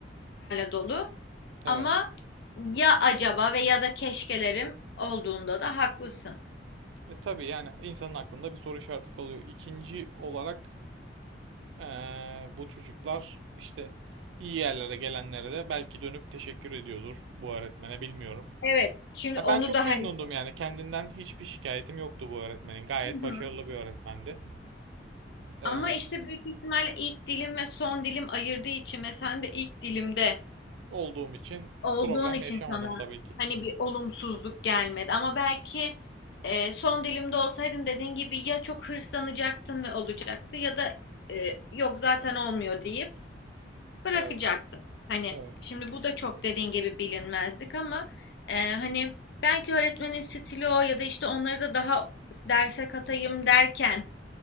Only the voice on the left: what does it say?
dolu.
Ama ya acaba ve ya da keşkelerim olduğunda da haklısın.
Evet. Şimdi
onu
da
hani
Hı
hı.
ama işte büyük ihtimalle ilk dilim ve son dilim ayırdığı için ve sen de ilk dilimde
olduğun
için
sana
hani bir olumsuzluk gelmedi. Ama belki e, son dilimde olsaydın dediğin gibi ya çok hırslanacaktın ve olacaktı ya da e, yok zaten olmuyor deyip bırakacaktım.
Hani
şimdi bu da çok dediğin gibi bilinmezlik ama e, hani belki öğretmenin stili o ya da işte onları da daha derse katayım derken